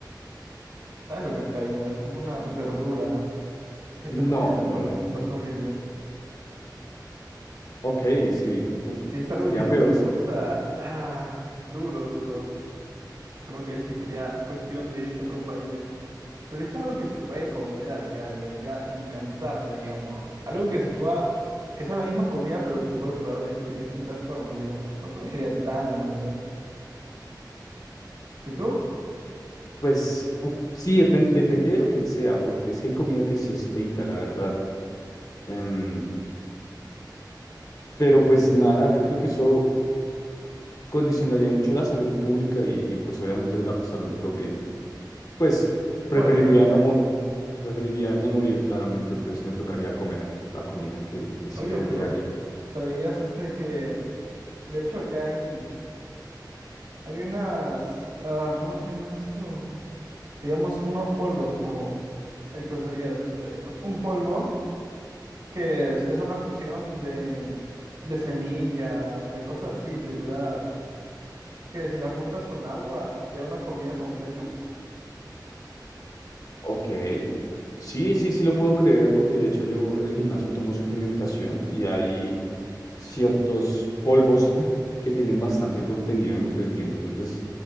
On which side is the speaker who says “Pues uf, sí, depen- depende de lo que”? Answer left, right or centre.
Left